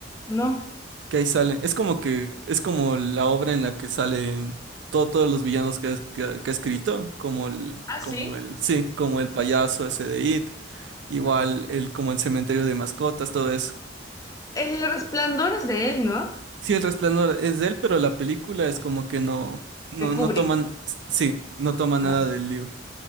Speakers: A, on the left (about 20°); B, on the right (about 75°).
A: No.
B: que ahí sale. Es como que, es como la obra en la que salen todo- todos los villanos que, es- que, que ha escrito, como el,
A: Ah,
B: como
A: sí.
B: el, sí, como el payaso ese de It, igual el, como el cementerio de mascotas, todo eso.
A: El resplandor es de él, ¿no?
B: Sí, El Resplandor es de él, pero la película es como que no, no,
A: De Kubrick.
B: no toman, sí, no toma nada
A: Ah,
B: del libro.